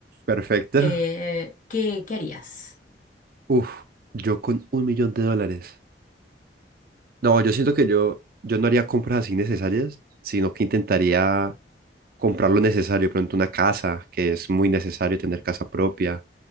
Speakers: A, on the right; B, on the left.
A: Perfecto.
B: Eh, ¿qué, qué harías?
A: Uf, yo con un millón de dólares. No, yo siento que yo, yo no haría compras así necesarias, sino que intentaría comprar lo necesario, pronto una casa, que es muy necesario tener casa propia,